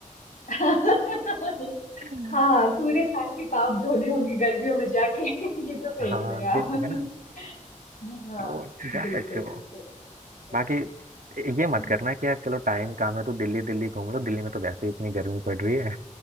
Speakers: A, on the left; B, on the right.
A: <laughs>
B: <laughs>
A: हाँ पूरे साल के पाप धोने होंगे गर्मियों में जाके <laughs> ये तो सही
B: हाँ
A: कह रहे हैं
B: बिल
A: आप
B: है ना
A: <laughs> हाँ
B: तो जा
A: बिल्कुल
B: सकते हो
A: बिल्कुल चलिए
B: बाकी
A: ठीक
B: ये मत करना कि यार चलो टाइम काम है तो दिल्ली दिल्ली घूम लो दिल्ली में तो वैसे ही इतनी गर्मी पड़ रही है